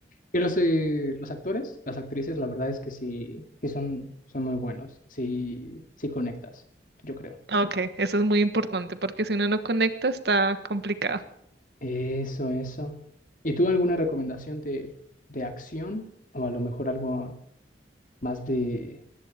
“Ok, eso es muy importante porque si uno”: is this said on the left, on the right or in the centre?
Right